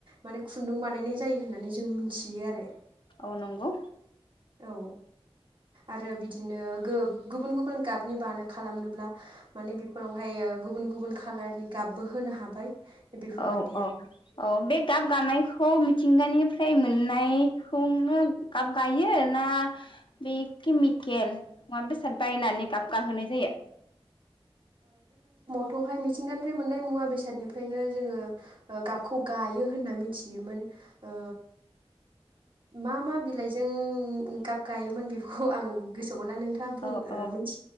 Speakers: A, on the right (about 55°); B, on the left (about 55°).
A: माने खुन्दुं बानायनाय जायो होननानै जों मिनथियो आरो।
B: औ नंगौ।
A: औ आरो बिदिनो गो गुबुन गुबुन गाबनि बानो खालामनोब्ला माने बेफोरावहाय ओ गुबुन गुबुन खालारनि गाबबो होनो हाबाय बेफोरबायदि
B: औ औ
A: आरो
B: औ बे गाब गानायखौ थिंगानिफ्राय मोननायखौनो गाब गायो ना बे केमिकेल मुवा बेसाद बायनानै गाबगाहोनाय जायो?
A: थ'हाय मिथिंगानिफ्राय मोननाय मुवा बेसादनिफ्रायनो जोङो ओ गाबखौ गायो होनना मिथियोमोन। ओ मा मा बिलाइजों गाब गायोमोन बेखौ आं गोसो <unintelligible> नोंथाङा बुं
B: औ औ
A: ओ